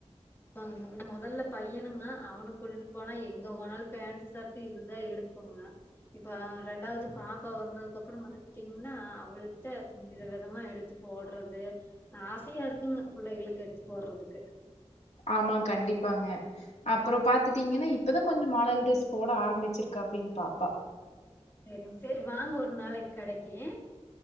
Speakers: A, on the left; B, on the left.
A: ஆமாங்க இந்தந்த முதல்ல பையனுங்க அவனு கூட்டிட்டு போனா எங்க போனாலும் பேண்ட் ஷர்ட்ட் இதுதான் எடுப்புோங்க இப்ப ரெண்டாவது பாப்பா வந்ததுக்கு அப்புறம் மட்டீங்கன்னா அவளிட்ட மித விதமா எடுத்து போடுறது ஆசையா இருக்குங்க புள்ளைகளுக்கு எடுத்து போடுறதுக்கு
B: ஆமா கண்டிப் இருப்பாங்க அப்புறம் பாார்த் பாத்துட்டீங்கன்னா இப்பதான் கொஞ்சம் மாடல் டிரெஸ் போட ஆரம்பிச்சிருக்கு அப்படின்னு பாப்பா
A: சரிங்க சரி வாங்க ஒரு நாளைக்கு கடைக்கு